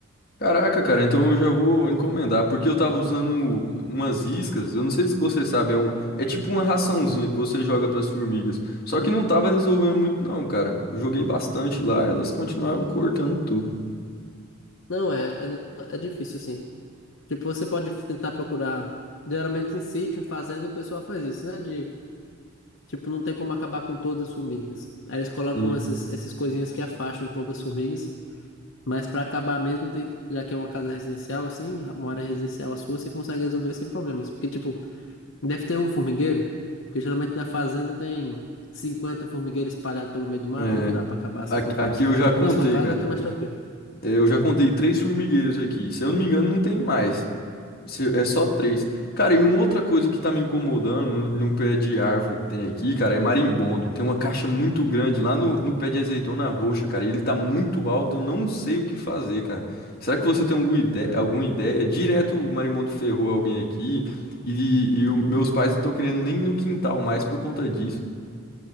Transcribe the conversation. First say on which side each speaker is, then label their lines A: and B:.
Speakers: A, on the left; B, on the left.
A: Caraca, cara, então eu já vou encomendar, porque eu tava usando umas iscas, eu não sei se você sabe, é um, é tipo uma raçãozinha que você joga pras formigas. Só
B: Uhum.
A: que não tava resolvendo muito não, cara. Eu joguei bastante lá, elas continuavam cortando tudo.
B: Não, é, é, é difícil, assim. Tipo, você pode tentar procurar, geralmente em sítio, em fazenda, o pessoal faz isso, né? De, tipo, não tem como acabar com todas as formigas. Aí eles colocam
A: Sim.
B: essas, essas coisinhas que afastam um pouco as formigas. Mas para acabar mesmo, tem- já que é uma casa residencial, assim, uma área residencial a sua, você consegue resolver sem problemas. Porque, tipo, deve ter um formigueiro, porque geralmente na fazenda tem 50 formigueiros espalhados pelo meio do mato,
A: É,
B: não dá para acabar assim
A: Aqui,
B: tão fácil.
A: aqui eu
B: Mas,
A: já
B: tipo,
A: contei,
B: na sua casa
A: cara.
B: tá mais tranquilo.
A: Eu já contei três formigueiros aqui. Se eu não me engano, não tem mais. Se- É só três. Cara, e uma outra coisa que tá me incomodando num num pé de árvore que tem aqui, cara, é marimbondo. Tem uma caixa muito grande lá no, no pé de azeitona roxa, cara. Ele tá muito alto, eu não sei o que fazer, cara. Será que você tem alguma ideia?
B: Caramba.
A: Alguma ideia? Direto o marimbondo ferrou alguém aqui e, e o- meus pais não estão querendo nem ir no quintal mais por conta disso.